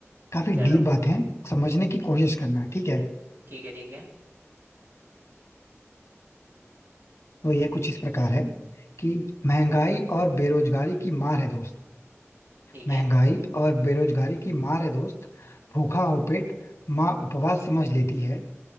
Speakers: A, on the left (about 75°); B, on the right (about 45°).
A: काफी
B: चलो
A: डीप बातें हैं समझने की कोशिश करना ठीक है
B: ठीक है ठीक है
A: तो ये कुछ इस प्रकार है कि महंगाई और बेरोजगारी की मार है दोस्त
B: ठीक
A: महंगाई
B: है
A: और बेरोजगारी की मार है दोस्त भूखा हो पेट माँ उपवास समझ लेती है